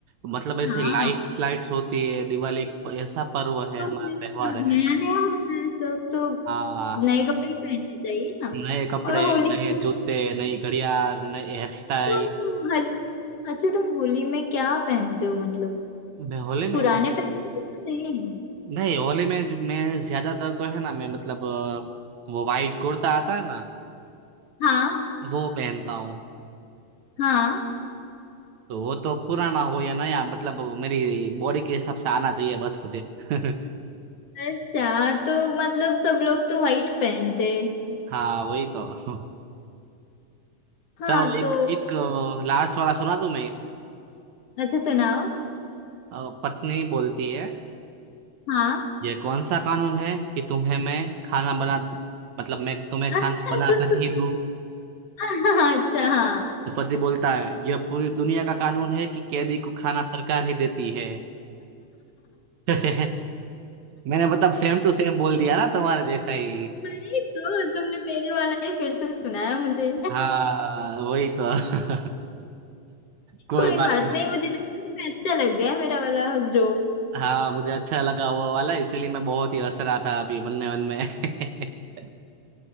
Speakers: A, on the right; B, on the left.
A: मतलब ऐसे
B: हाँ
A: लाइट्स
B: हाँ
A: लाइट्स होती है दिवाली एक ऐसा पर्व है
B: तो
A: हमारा
B: फिर
A: त्योहार
B: नया
A: है
B: नया होता है सब तो
A: हाँ
B: नए कपड़े ही पहनने चाहिए ना
A: नए कपड़े
B: और होली
A: नए
B: की
A: जूते नई घड़ियाल नए हेयर स्टाइल
B: तुम होली अच्छा तुम होली में क्या पहनते हो मतलब
A: मैं होले में
B: पुराने
A: मैं
B: पहनते हो या नहीं
A: नहीं होली में जो मैं ज्यादातर तो है ना मैं मतलब अ, वो वाइट कुर्ता आता है ना
B: हाँ
A: वो पहनता हूँ
B: हाँ
A: तो वो तो पुराना हो या नया मतलब मेरी बॉडी के हिसाब से आना चाहिए बस मुझे <laughs>
B: अच्छा तो मतलब सब लोग तो व्हाइट पहनते हैं।
A: हाँ वही तो
B: हाँ
A: चलो एक
B: तो
A: एक लास्ट वाला सुना दूं मैं
B: अच्छा सुनाओ
A: अ, पत्नी बोलती है
B: हाँ
A: ये कौन सा कानून है कि तुम्हें मैं खाना बना मतलब मैं तुम्हें खाना
B: अच्छा
A: बना
B: तो
A: कर
B: तो-
A: ही दूं
B: <laughs> अच्छा हाँ
A: तो पति बोलता है यह पूरी दुनिया का कानून है कि कैदी को खाना सरकार ही देती है <laughs> मैंने मतलब सेम टू सेम बोल दिया ना तुम्हारे जैसा ही
B: नहीं तो तुमने मेरे वाला ही फिर से सुनाया मुझे
A: हाँ वही तो <laughs> कोई
B: कोई
A: बात
B: बात
A: नहीं
B: नहीं मुझे लगता है तुम्हें अच्छा लग गया मेरा वाला जोक
A: हाँ मुझे अच्छा लगा वो वाला इसीलिए मैं बहुत ही हंस रहा था अभी मन में मन में <laughs>